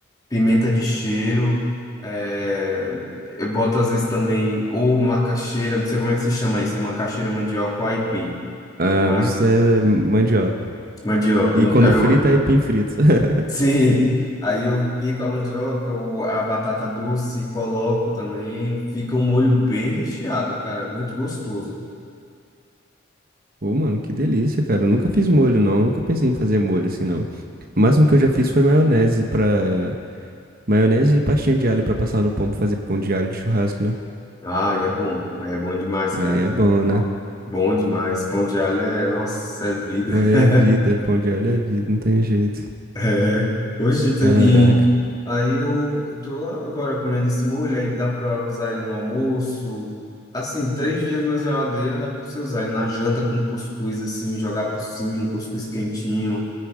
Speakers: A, on the left (about 20°); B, on the right (about 50°).
A: pimenta de cheiro, é, eu boto às vezes também ou macaxeira, não sei como é que se chama isso, é macaxeira, mandioca ou aipim,
B: Ah,
A: mas
B: o Zé mandioca.
A: mandioca,
B: E quando
A: aí eu
B: frita, aipim frito. <laughs>
A: Sim, aí eu pico a mandioca ou a batata doce, coloco também. Fica um molho bem recheado, cara. é Muito gostoso.
B: Ô, mano, que delícia, cara. Eu nunca fiz molho, não. Nunca pensei em fazer molho assim, não. O máximo que eu já fiz foi maionese pra Maionese e pastinha de alho pra passar no pão pra fazer pão de alho de churrasco, né?
A: Ah, é bom. Aí é bom demais,
B: Aí
A: cara.
B: é bom, né?
A: Bom demais. Pão de alho é, nossa, é vida.
B: Pô, é
A: <laughs>
B: vida, pão de alho é vida, não tem jeito.
A: É. Oxe, então,
B: Caraca.
A: e aí eu eu tô agora comendo esse molho, aí dá pra usar ele no almoço. Assim, três dias na geladeira dá pra você usar ele na janta com cuscuz, assim, jogar por cima, um cuscuz quentinho.